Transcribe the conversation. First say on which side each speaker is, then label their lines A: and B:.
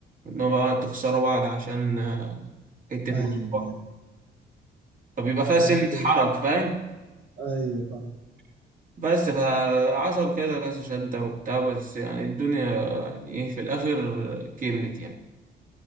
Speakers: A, on the right; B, on the right.
A: ان هو بقى تخسروا بعض عشان آه، حتة مشروع
B: ايوه ايوه
A: فبيبقى فيها سنة
B: فانت
A: حرج فاهم
B: ايوه فاهم
A: بس فحصل كده كذا شدة وبتاع بس يعني الدنيا يعني ايه في الاخر كملت يعني